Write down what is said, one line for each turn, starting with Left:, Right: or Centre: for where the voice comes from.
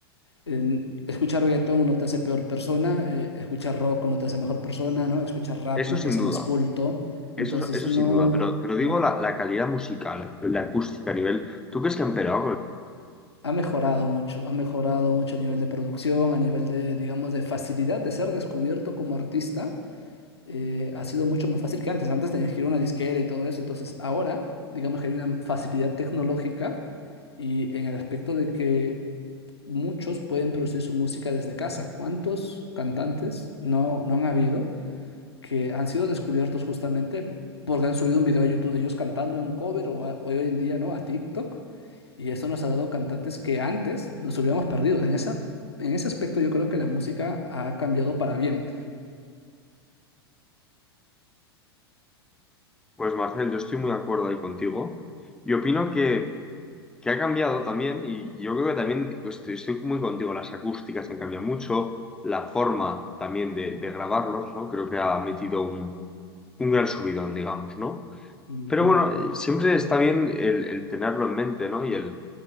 Left: en- escuchar reggaetón no te hace peor persona, eh, escuchar rock no te hace mejor persona, ¿no? Escuchar rap
Centre: Eso
Left: no
Centre: sin
Left: te hace
Centre: duda,
Left: más culto.
Centre: eso,
Left: Entonces,
Centre: eso
Left: no,
Centre: sin duda. Pero, pero digo
Left: claro,
Centre: la, la calidad musical, la acústica a nivel. ¿Tú crees que han empeorado? con-
Left: ha mejorado mucho, ha mejorado mucho a nivel de producción, a nivel de, digamos, de facilidad de ser descubierto como artista. eh, ha sido mucho más fácil que antes. Antes tenías que ir a una disquera y todo eso. Entonces, ahora, digamos que hay una facilidad tecnológica y en el aspecto de que muchos pueden producir su música desde casa. ¿Cuántos cantantes no, no han habido? que han sido descubiertos justamente porque han subido un video a YouTube de ellos cantando en un cover o a- o hoy en día, ¿no? A TikTok. Y eso nos ha dado cantantes que antes nos hubiéramos perdido. En esa, en ese aspecto yo creo que la música ha cambiado para bien.
Centre: Pues Marcel, yo estoy muy de acuerdo ahí contigo. Y opino que que ha cambiado también, y y yo creo que también estoy, estoy muy contigo, las acústicas han cambiado mucho, la forma también de, de grabarlos, ¿no? Creo que ha metido un, un gran subidón, digamos, ¿no?
Left: Ujú.
Centre: Pero bueno, eh, siempre está bien el, el tenerlo en mente, ¿no? Y el,